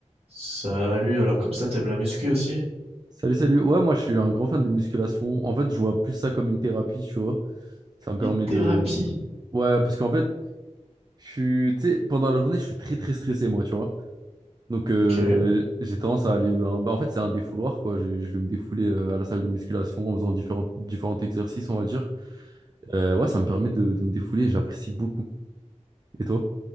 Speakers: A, on the right (about 50°); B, on the right (about 35°).
A: Salut, alors comme ça, t'aimes la muscu aussi?
B: Salut, salut. Ouais, moi, je suis un grand fan de musculation. En fait, je vois plus ça comme une thérapie, tu vois. Ça me
A: Une
B: permet
A: thérapie,
B: de... Ouais, parce qu'en fait, je suis... Tu sais, pendant la journée, je suis très, très stressé, moi, tu vois. Donc, euh,
A: ok.
B: j'ai tendance à aller... un- bah, en fait, c'est un défouloir, quoi. Je, je vais me défouler euh, à la salle de musculation en faisant différents, différents exercices, on va dire. Euh, ouais, ça me permet de, de me défouler. J'apprécie beaucoup. Et toi?